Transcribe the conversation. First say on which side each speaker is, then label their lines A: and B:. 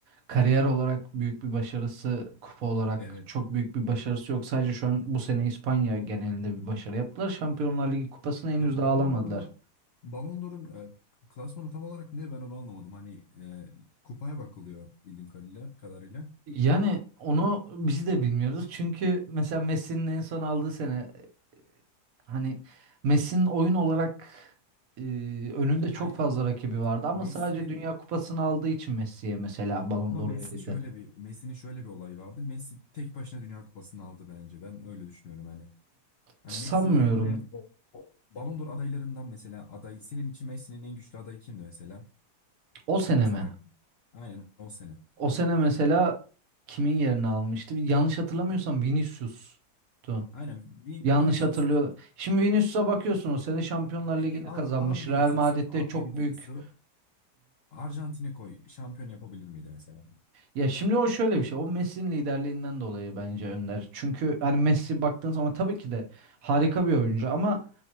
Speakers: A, on the right; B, on the left.
A: kariyer olarak büyük bir başarısı, kupa olarak
B: Evet
A: çok büyük bir başarısı yok. Sadece şu an bu sene İspanya genelinde bir başarı yaptılar. Şampiyonlar Ligi kupasını henüz
B: Ya Ballon
A: daha alamadılar.
B: d'Or'da Ballon d'Or'un e, klasmanı tam olarak ne ben onu anlamadım. Hani e, kupaya bakılıyor bildiğim kadarıyla, kadarıyla.
A: Yani onu biz de bilmiyoruz. Çünkü mesela Messi'nin en son aldığı sene e, hani Messi'nin oyun olarak e, önünde çok
B: Hayır
A: fazla rakibi vardı ama
B: Messi'nin
A: sadece Dünya Kupası'nı aldığı için Messi'ye mesela Ballon
B: ama
A: d'Or
B: Messi
A: verildi.
B: şöyle bir Messi'nin şöyle bir olayı vardı. Messi tek başına Dünya Kupası'nı aldı bence. Ben öyle düşünüyorum hani. Hani
A: Sanmıyorum.
B: Messi'nin yerine o Ballon d'Or adaylarından mesela aday senin için Messi'nin en güçlü adayı kimdi mesela?
A: O sene
B: Sana
A: mi?
B: aynen o sene.
A: O sene mesela kimin yerini almıştı? Yanlış hatırlamıyorsam Vinicius'tu.
B: Aynen Vin-
A: Yanlış
B: Vinicius.
A: hatırlıyorum. Şimdi Vinicius'a bakıyorsun o sene Şampiyonlar Ligi'ni
B: Peki
A: kazanmış.
B: al al
A: Real
B: Vinicius'u,
A: Madrid'de
B: al
A: çok
B: Vinicius'u.
A: büyük.
B: Arjantin'e koy. Şampiyon yapabilir miydi mesela?
A: Ya şimdi o şöyle bir şey. O Messi'nin liderliğinden dolayı bence Önder. Çünkü hani Messi baktığın zaman tabii ki de harika bir oyuncu ama